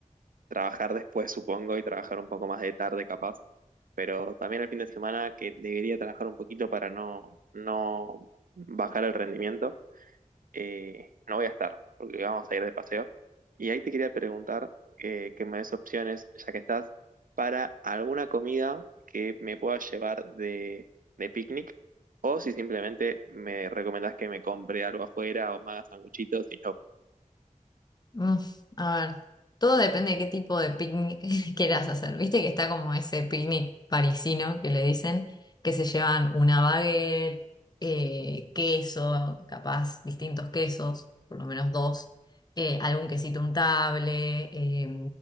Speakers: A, on the right; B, on the left.
A: trabajar después, supongo, y trabajar un poco más de tarde, capaz. Pero también el fin de semana que debería trabajar un poquito para no, no bajar el rendimiento eh, no voy a estar, porque vamos a ir de paseo. Y ahí te quería preguntar eh, que me des opciones, ya que estás, para alguna comida que me pueda llevar de, de picnic, o si simplemente me recomendás que me compre algo afuera o me haga sanguchitos y yo.
B: Mm, a ver, todo depende de qué tipo de picnic <laughs> quieras hacer. Viste que está como ese picnic parisino que le dicen, que se llevan una baguette, eh, queso, capaz distintos quesos, por lo menos dos, eh, algún quesito untable, eh,